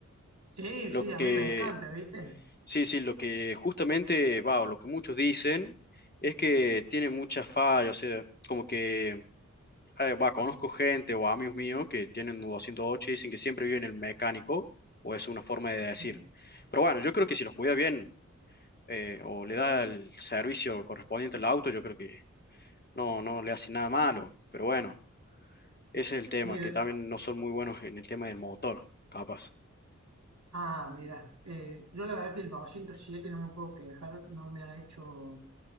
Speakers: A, on the right; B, on the left.
A: sí,
B: Lo
A: sí, a
B: que,
A: mí me encanta, ¿viste?
B: sí, sí, lo que justamente va, o lo que muchos dicen, es que tiene muchas fallas, o sea, como que, eh, va, conozco gente o amigos míos que tienen 208 y dicen que siempre viven en el mecánico, o es una forma de decir.
A: Sí.
B: Pero bueno, yo creo que si los cuida bien, eh, o le da el servicio correspondiente al auto, yo creo que no, no le hace nada malo, pero bueno. Ese es el tema,
A: Mira,
B: que también no son muy buenos en el tema del motor, capaz.
A: ah, mira, eh, yo la verdad que el 207 no me puedo quejar, no me ha hecho